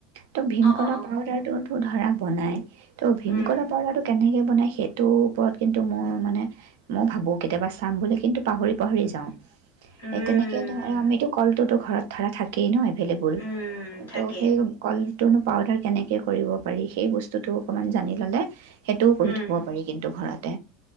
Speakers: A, on the right (about 60°); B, on the left (about 80°).
A: ত অলপ
B: অ অ অ
A: পাউডাৰটোতো ধৰা বনায়। ত' ভীমকলৰ
B: উম
A: পাউদাৰটো কেনেক কে বনায় সেইটোৰ ওপৰত কিন্তু মই মানে ময়ো ভাবো কেতিয়াবা চাম বুলি কিন্তু পাহৰি পাহৰি
B: উম
A: যাওঁ
B: উম
A: এ তেনেকে ধৰা আমিতো কলটোতো ঘৰত ধৰা থাকেই ন এভেইলেবল
B: উম থাকে
A: ত' সেই কল তন <unintelligible> পাউদাৰ কেনেকে কৰিব পাৰি সেই বস্তুটো অকণমান জানি ল'লে সেইটোও কৰি
B: উম
A: থ'ব পাৰি কিন্তু ঘৰতে